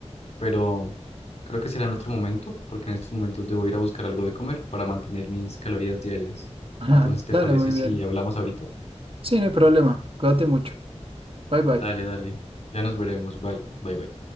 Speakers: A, on the left; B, on the right.
A: Pero creo que será en otro momento, porque en estos momentos debo ir a buscar algo de comer para mantener mis calorías diarias.
B: <laughs>
A: Entonces, ¿te
B: Dale,
A: parece
B: muy bien.
A: si hablamos ahorita?
B: Sí, no hay problema. Cuídate mucho. Bye bye.
A: Dale, dale. Ya nos veremos. Bye, bye, bye.